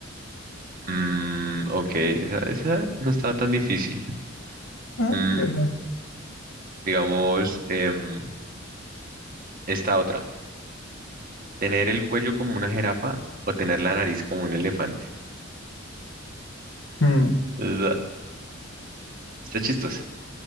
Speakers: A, on the right; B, on the left.
A: Mm, ok, esa, esa no estaba tan difícil.
B: Ah,
A: Mm,
B: bueno.
A: digamos, em, esta otra. ¿Tener el cuello como una jirafa o tener la nariz como un elefante?
B: Mm,
A: <laughs> Está, está chistosa.